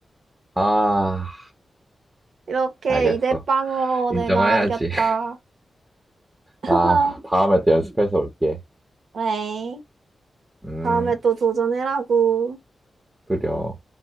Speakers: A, on the right; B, on the right.
A: 아,
B: 이렇게
A: 알겠어.
B: 이대빵으로
A: 인정해야지.
B: 내가 이겼다.
A: <laughs>
B: <laughs>
A: 아, 다음에 또 연습해서 올게.
B: 그래.
A: 음,
B: 다음에 또 도전해라고.
A: 그려.